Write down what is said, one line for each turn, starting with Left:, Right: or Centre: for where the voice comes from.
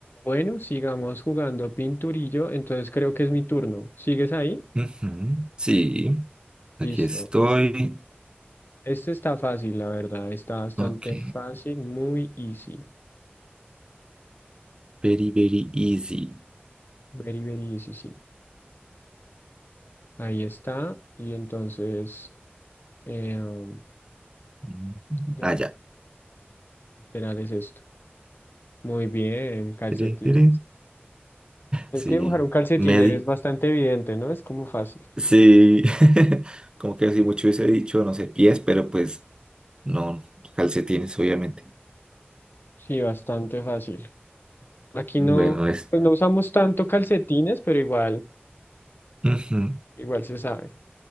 Left: Bueno, sigamos jugando pinturillo, entonces creo que es mi turno. ¿Sigues ahí?
Right: Ujú, Sí, aquí
Left: Listo.
Right: estoy.
Left: Este está fácil, la verdad. Está bastante
Right: Ok.
Left: fácil, muy easy.
Right: Very, very easy.
Left: Very, very easy, sí. Ahí está. Y entonces, eh, um,
Right: Ujú.
Left: ya,
Right: Ah, ya.
Left: literal es esto. Muy bien, calcetines.
Right: Tere, tere.
Left: Es
Right: Sí.
Left: que dibujar un calcetín
Right: Medi.
Left: es bastante evidente, ¿no? Es como fácil.
Right: Sí. <laughs> Como que así mucho hubiese dicho, no sé, pies, pero pues no, calcetines, obviamente.
Left: Sí, bastante fácil. Aquí
Right: Bueno,
Left: no,
Right: es.
Left: pues no usamos tanto calcetines, pero igual,
Right: Ujú.
Left: igual se sabe.